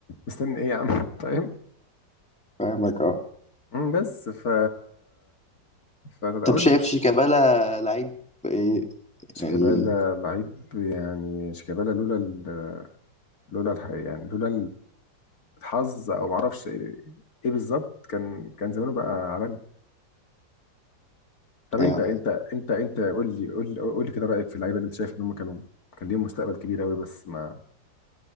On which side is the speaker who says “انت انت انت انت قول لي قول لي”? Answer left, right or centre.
Left